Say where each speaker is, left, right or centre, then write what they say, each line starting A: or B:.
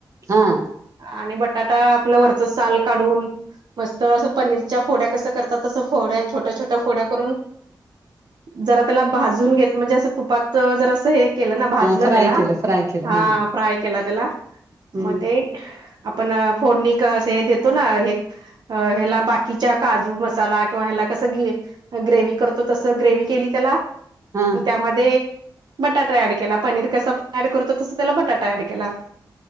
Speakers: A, on the right; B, on the right.
A: हांआं -
B: आणि अं बटाटा आपल्या वरचं सालं काढूनं. - मस्तं असं पनीरच्याअ फोड्या कसं करतातं, तसं फोड्या छोट्यां- छोट्यां फोड्या करूनं. - जरा त्यांलाअ भाजून घेतअ म्हणजे असं तुपातं जर असं हें. - केलं नां भाजलं
A: फ्राय
B: त्यांला
A: केलं फ्राय केलं
B: हां
A: हा
B: फ्राय केलां त्याला
A: हम्म
B: मगं तें. - <unintelligible> आपण फोननिकअ असं हे देतो नां हें. - अं ह्यांला बाकीच्या काजू, मसाला, किंवा ह्याला कसं गेअ. - ग्रेव्ही करतो, तस ग्रेव्ही केली, त्यालां
A: हा
B: त्यामध्येंय. - बटाटा ऍड केला. पनीर कसा ऍड करतो, तसं त्याला बटाटा ऍड केलां. -